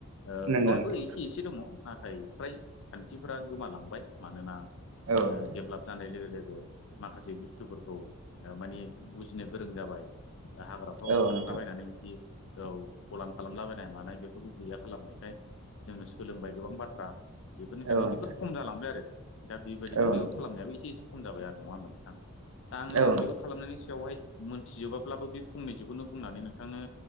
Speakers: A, on the left; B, on the right.
A: ओ
B: नंगौ
A: दाबो
B: नोंथां
A: एस इसे दङ नाथाय फ्राय खान्थिफोरा गोमालांबाय मानोना
B: औ
A: जोङो
B: नोंथां
A: डेब्लाप जानाय लोगो लोगो माखासे बुस्थुफोरखौ ओ माने बुजिनो गोरों जाबाय। ओ हाग्राफ्राव
B: औ
A: थांलाबायनानै
B: नोंथां
A: बिदि औ फलान खालामलाबायनाय मानाय बेफोरखौ गैया खालामनायखाय जोङो सोलोंबाय गोबां बाथ्रा बेफोरनिखायनो
B: औ नोंथां
A: बेफोर खम जालांबाय आरो दा बेबायदिनो
B: औ
A: मैगुर
B: नोंथां
A: खालामनायाबो एसे एसे खम जाबाय आरो नङा होमबा नोंथां? दा आङो
B: औ नोंथां
A: मैहुर खालामनायनि सायावहाय मोनथिजोबा ब्लाबो बे फंनैसखौनो बुंनानै नोंथांनो